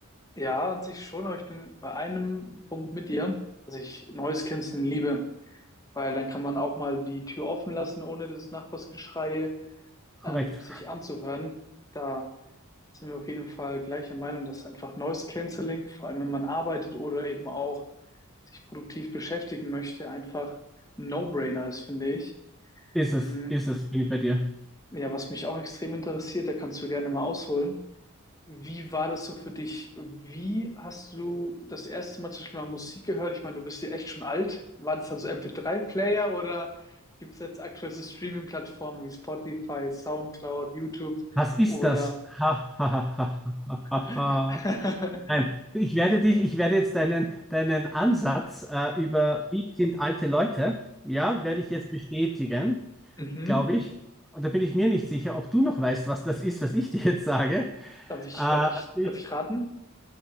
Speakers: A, on the left; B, in the centre.
A: Ja, an sich schon, aber ich bin bei einem Punkt mit dir, dass ich Noise Cancelling liebe. weil dann kann man auch mal die Tür offen lassen, ohne das Nachbarsgeschrei
B: Korrekt.
A: ähm, sich anzuhören. Da sind wir auf jeden Fall gleicher Meinung, dass einfach Noise Cancelling, vor allem wenn man arbeitet oder eben auch sich produktiv beschäftigen möchte, einfach ein No-Brainer ist, finde ich.
B: Ist
A: Mm,
B: es, ist es, bin ich bei dir.
A: Ja, was mich auch extrem interessiert, da kannst du gerne mal ausholen. Wie war das so für dich? Wie hast du das erste Mal zum Beispiel mal Musik gehört? Ich meine, du bist ja echt schon alt. War das dann so MP3-Player oder gibt es jetzt aktuell so Streaming-Plattformen wie Spotify, SoundCloud, YouTube
B: Was ist
A: oder
B: das? Ha, ha, ha, ha, ha, ha,
A: <laughs>
B: ha. Nein, ich werde dich, ich werde jetzt deinen, deinen Ansatz äh, über wie sind alte Leute, ja, werde ich jetzt bestätigen.
A: Mhm.
B: glaube ich. Und da bin ich mir nicht sicher, ob du noch weißt, was das ist, was ich dir jetzt sage.
A: Darf ich,
B: Äh,
A: darf ich,
B: ich,
A: darf ich raten?